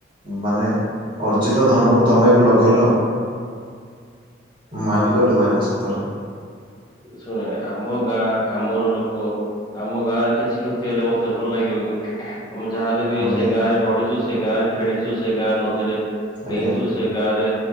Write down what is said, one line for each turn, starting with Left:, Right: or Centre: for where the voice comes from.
Right: ମାନେ ଅର୍ଜିତ ଧନକୁ ତମେ ବି ଲଗେଇଲ ମାନିଗଲି ଭାଇନା ସତରେ।
Left: ଶୁଣ ଆମ ଗାଁ ଆମର ଲୋକ ଆମ ଗାଁ ରେ କିଛି କ୍ଷତି ହେଲେ ମତେ ଭଲ ଲାଗିବ କି। ଆମେ ଯାହାହେଲେ ବି
Right: ଆଜ୍ଞା
Left: ସେଇ ଗାଁରେ ବଢିଛୁ ସେ ଗାଁ ରେ ଖେଳିଛୁ ସେ ଗାଁ ନଦୀରେ
Right: ଆଜ୍ଞା
Left: ଡେଇଁଛୁ ସେ ଗାଁ ରେ